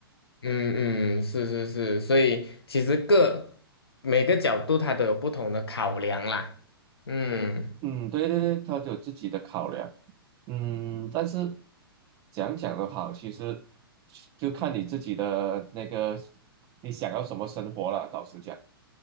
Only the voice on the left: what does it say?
嗯嗯，是是是，所以其实各每个角度它都有不同的考量啦。嗯。